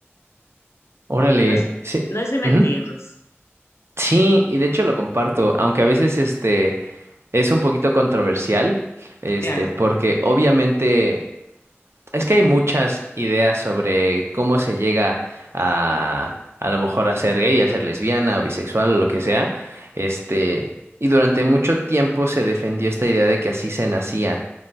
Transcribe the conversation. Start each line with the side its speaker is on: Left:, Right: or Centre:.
Right: Órale,
Left: Entonces,
Right: sí,
Left: no sé si me
Right: ujú.
Left: entiendes.
Right: Sí, y de hecho lo comparto, aunque a veces este es un poquito controversial, este,
Left: Claro.
Right: porque obviamente es que hay muchas ideas sobre cómo se llega a a lo mejor a ser gay, a ser lesbiana o bisexual o lo que sea, este, y durante mucho tiempo se defendió esta idea de que así se nacía,